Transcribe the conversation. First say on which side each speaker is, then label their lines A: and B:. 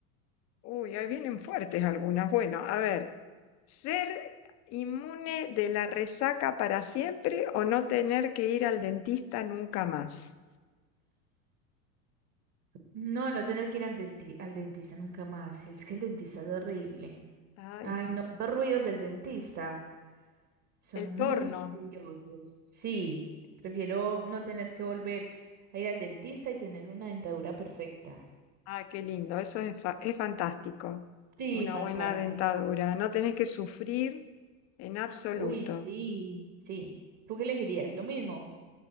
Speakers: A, on the left (about 40°); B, on the right (about 40°).
A: Uy, ahí vienen fuertes algunas. Bueno, a ver, ¿ser inmune de la resaca para siempre o no tener que ir al dentista nunca más?
B: No, no tener que ir al, denti- al dentista nunca más. Es que el dentista es horrible.
A: Ay,
B: Ay,
A: sí.
B: no, los ruidos del dentista son
A: El
B: muy
A: torno.
B: fastidiosos. Sí, prefiero no tener que volver a ir al dentista y tener una dentadura perfecta.
A: Ah, qué lindo. Eso es, fa- es fantástico.
B: Sí,
A: Una
B: fantástico.
A: buena dentadura. No tenés que sufrir en absoluto.
B: Uy, sí, sí. ¿Tú qué elegirías? ¿Lo mismo?